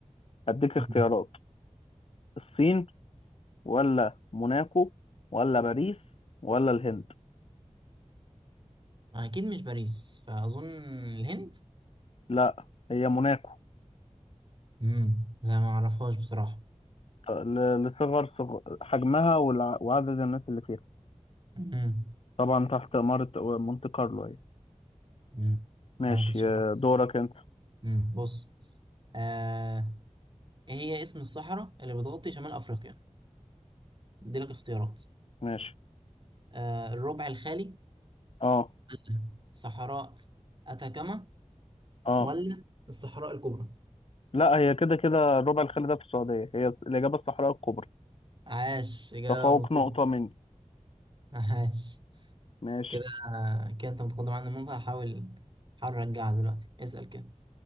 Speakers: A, on the left; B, on the right.
A: هديك اختيارات
B: مم.
A: الصين ولا موناكو ولا باريس ولا الهند
B: أكيد مش باريس فأظن الهند
A: لا هي موناكو
B: مم. لا ما أعرفهاش بصراحة
A: ل- لصغر صغ- حجمها والع- وعدد الناس اللي فيها
B: مم.
A: طبعا تحت إمارة مونte كارلو أهي
B: مم.
A: ماشي
B: أنا ما كنتش
A: آه،
B: أعرف بس.
A: دورك أنت
B: مم. بص آه. إيه هي اسم الصحراء اللي بتغطي شمال أفريقيا أديلك اختيارات
A: ماشي
B: آه. الربع الخالي
A: اه
B: ولا صحراء أتاكاما
A: اه
B: ولا الصحراء الكبرى
A: لا هي كده كده الربع الخالي ده في السعودية هي الإجابة الصحراء الكبرى
B: عاش إجابة
A: تفوق
B: مظبوطة
A: نقطة مني
B: عاش
A: ماشي
B: كده كده انت متقدم عن النقطة هحاول هحاول ارجعها دلوقتي اسأل كده